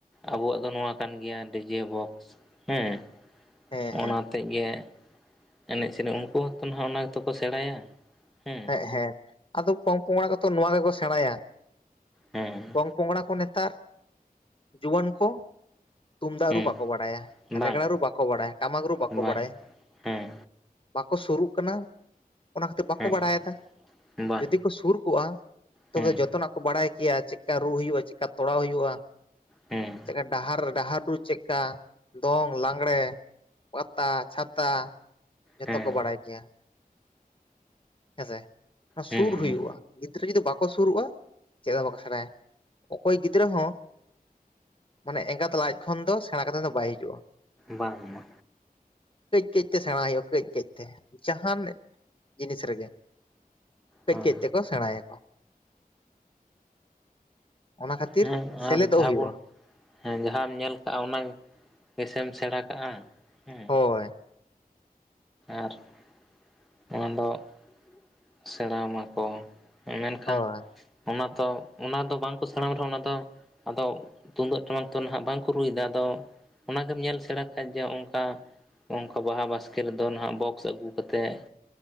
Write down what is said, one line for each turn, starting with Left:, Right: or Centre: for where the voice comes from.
Centre: ᱟᱵᱚᱣᱟᱜ ᱫᱚ ᱱᱚᱣᱟ ᱠᱟᱱ ᱜᱮᱭᱟ ᱰᱤᱡᱮ ᱵᱚᱠᱥ ᱾ ᱦᱮᱸ ᱾
Left: ᱦᱮᱸ ᱦᱮᱸ
Centre: ᱚᱱᱟᱛᱮ ᱜᱮ <inaudible> ᱮᱱᱮᱡ ᱥᱮᱨᱮᱧ ᱩᱱᱠᱩ ᱦᱚᱸᱛᱚ ᱱᱟᱜ ᱚᱱᱟ ᱜᱮᱛᱚ ᱠᱚ ᱥᱮᱬᱟᱭᱟ ᱦᱮᱸ᱾
Left: ᱦᱮᱸ ᱦᱮᱸ ᱟᱫᱚ ᱯᱚᱝ-ᱯᱚᱝᱲᱟ ᱠᱚᱛᱚ ᱱᱚᱣᱟ ᱜᱮᱠᱚ ᱥᱮᱬᱟᱭᱟ ᱾
Centre: ᱦᱮᱸ ᱾
Left: ᱯᱚᱝ ᱯᱚᱝᱲᱟ ᱠᱚ ᱱᱮᱛᱟᱨ <inaudible> ᱡᱩᱣᱟᱹᱱ ᱠᱚ ᱛᱩᱢᱫᱟᱜ
Centre: ᱦᱮᱸ
Left: ᱨᱩ ᱵᱟᱠᱚ ᱵᱟᱲᱟᱭᱟ
Centre: ᱵᱟᱝ
Left: ᱨᱮᱜᱽᱲᱟ ᱨᱩ ᱵᱟᱠᱚ ᱵᱟᱲᱟᱭᱟ ᱴᱟᱢᱟᱠ ᱨᱩ ᱵᱟᱠᱚ
Centre: ᱵᱟᱝ
Left: ᱵᱟᱲᱟᱭᱟ ᱾
Centre: ᱦᱮᱸ
Left: ᱵᱟᱠᱚ ᱥᱩᱨᱩᱜ ᱠᱟᱱᱟ <inaudible> ᱚᱱᱟ ᱠᱷᱟᱹᱛᱤᱨ ᱵᱟᱠᱚ
Centre: ᱦᱮᱸ
Left: ᱵᱟᱲᱟᱭᱮᱫᱟ <inaudible>
Centre: ᱵᱟᱝ
Left: ᱡᱩᱫᱤ ᱠᱚ ᱥᱩᱨ ᱠᱚᱜ-ᱟ ᱛᱚᱵᱮ
Centre: ᱦᱮᱸ
Left: ᱡᱚᱛᱚᱱᱟᱜ ᱠᱚ ᱵᱟᱲᱟᱭ ᱠᱮᱭᱟ ᱪᱮᱫᱠᱟ ᱨᱩ ᱦᱩᱭᱩᱜ-ᱟ ᱪᱮᱫᱠᱟ ᱛᱚᱲᱟᱣ ᱦᱩᱭᱩᱜ-ᱟ ᱾ <inaudible>
Centre: ᱦᱮᱸ
Left: ᱪᱮᱫᱠᱟ ᱰᱟᱦᱟᱨ ᱰᱟᱦᱟᱨ ᱨᱩ ᱪᱮᱫᱠᱟ ᱫᱚᱝ ᱞᱟᱜᱽᱲᱮ ᱯᱟᱛᱟ ᱪᱷᱟ ᱛᱟ <inaudible> ᱡᱷᱚᱛᱚ
Centre: ᱦᱮᱸ
Left: ᱠᱚ ᱵᱟᱲᱟᱭ ᱜᱮᱭᱟ ᱾ ᱦᱮᱸᱥᱮ ᱚᱱᱟ ᱥᱩᱨ
Centre: ᱦᱮᱸ
Left: ᱦᱩᱭᱩᱜ-ᱟ ᱜᱤᱫᱽᱨᱟᱹ ᱡᱩᱫᱤ ᱵᱟᱠᱚ ᱥᱩᱨᱩᱜ-ᱟ ᱪᱮᱫ ᱦᱚᱸ ᱵᱟᱠᱚ ᱥᱮᱬᱟᱭᱟ ᱾ ᱚᱠᱚᱭ ᱜᱤᱫᱽᱨᱟᱹ ᱦᱚᱸ <inaudible> ᱢᱟᱱᱮ ᱮᱸᱜᱟᱛ ᱞᱟᱡ ᱠᱷᱚᱱ ᱫᱚ ᱥᱮᱬᱟ ᱠᱟᱛᱮ ᱫᱚ ᱵᱟᱭ ᱦᱤᱡᱩᱜ-ᱟ ᱾
Centre: ᱵᱟᱝ ᱵᱟ
Left: ᱠᱟᱹᱡ ᱠᱟᱹᱡ ᱛᱮ ᱥᱮᱬᱟ ᱦᱩᱭᱩᱜ-ᱟ ᱠᱟᱹᱡ ᱠᱟᱹᱡ ᱛᱮ ᱾ ᱡᱟᱦᱟᱱ ᱡᱤᱱᱤᱥ ᱨᱮᱜᱮ <inaudible> ᱠᱟᱹᱡ
Centre: ᱦᱮᱸ
Left: ᱠᱟᱹᱡ ᱛᱮᱠᱚ ᱥᱮᱬᱟᱭᱟᱠᱚ ᱾ <inaudible> ᱚᱱᱟ ᱠᱷᱟᱹᱛᱤᱨ
Centre: ᱦᱮᱸ ᱟᱨ
Left: ᱥᱮᱞᱮᱫᱚᱜ
Centre: ᱡᱟᱦᱟᱸ
Left: ᱦᱩᱭᱩᱜ-ᱟ
Centre: ᱵᱚᱱ
Left: ᱾
Centre: ᱦᱮᱸ ᱡᱟᱦᱟᱸᱢ ᱧᱮᱞ ᱠᱟᱜ-ᱟ ᱚᱱᱟ <inaudible> ᱜᱮᱥᱮᱢ ᱥᱮᱬᱟ ᱠᱟᱜ-ᱟ ᱦᱮᱸ
Left: ᱦᱳᱭ
Centre: ᱾ ᱟᱨ <inaudible> ᱚᱱᱟ ᱫᱚ <inaudible> ᱥᱮᱬᱟ ᱟᱢᱟᱠᱚ ᱾ ᱢᱮᱱᱠᱷᱟᱱ
Left: ᱦᱳᱭ
Centre: ᱚᱱᱟ ᱛᱚ ᱚᱱᱟ ᱫᱚ ᱵᱟᱝᱠᱚ ᱥᱮᱬᱟ ᱟᱢ ᱨᱮᱦᱚᱸ ᱚᱱᱟ ᱫᱚ ᱟᱫᱚ ᱛᱩᱢᱫᱟᱹᱜ ᱴᱟᱢᱟᱠ ᱛᱚ ᱱᱟᱦᱟᱜ ᱵᱟᱝᱠᱚ ᱨᱩᱭ ᱮᱫᱟ ᱾ ᱟᱫᱚ ᱚᱱᱟᱜᱮᱢ ᱧᱮᱞ ᱥᱮᱬᱟ <unintelligible> ᱡᱮ ᱚᱱᱠᱟ ᱚᱱᱠᱟ ᱵᱟᱦᱟ ᱵᱟᱥ ᱠᱮ ᱨᱮᱫᱚ ᱱᱟᱦᱟᱜ ᱵᱚᱠᱥ ᱟᱹᱜᱩ ᱠᱟᱛᱮᱫ